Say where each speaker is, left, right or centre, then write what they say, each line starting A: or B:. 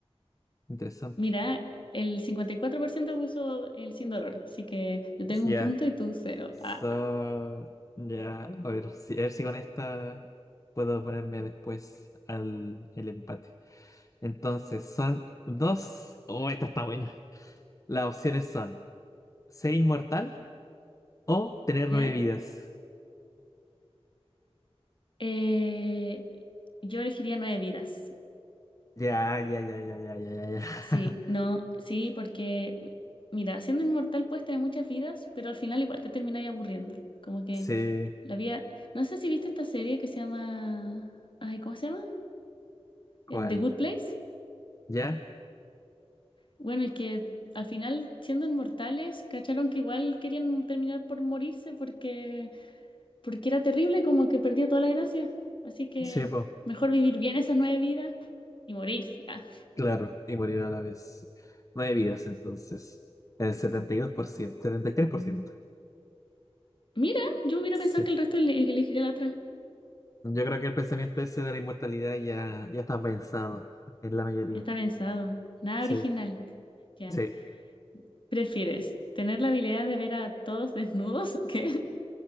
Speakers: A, on the left; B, on the left.
A: interesante.
B: Mira, el 54% puso el sin dolor, así que yo tengo
A: Ya,
B: un punto y tú cero.
A: so,
B: Ah,
A: ya, a ver si, a ver si con esta puedo ponerme después al el empate. Entonces, son dos. Oh, esta está buena. Las opciones son ser inmortal o tener
B: ¿ya?
A: nueve vidas.
B: Eh, yo elegiría nueve vidas.
A: Ya, ya, ya, ya, ya, ya, ya, ya.
B: Sí,
A: <laughs>
B: no, sí, porque, mira, siendo inmortal puedes tener muchas vidas, pero al final igual te terminas aburriendo. Como que
A: Sí,
B: la vida... No sé si viste esta serie que se llama... Ay, ¿cómo se llama?
A: ¿cuál?
B: Eh, The Good Place.
A: ¿Ya?
B: Bueno, es que al final, siendo inmortales, cacharon que igual querían terminar por morirse porque porque era terrible, como que perdía toda la gracia. Así que
A: Sí, po,
B: mejor vivir bien esas nueve vidas y morirse. Ah.
A: claro, y morir a la vez. Nueve vidas, entonces. El setenta setenta y y dos por ciento, setenta y tres por ciento.
B: Mira, yo hubiera
A: Sí.
B: pensado que el resto ele- elegiría la otra.
A: Yo creo que el pensamiento ese de la inmortalidad ya, ya está pensado en la mayoría.
B: Ya está pensado, nada
A: Sí,
B: original. Ya.
A: sí.
B: ¿Prefieres tener la habilidad de ver a todos desnudos <laughs> ¿Qué?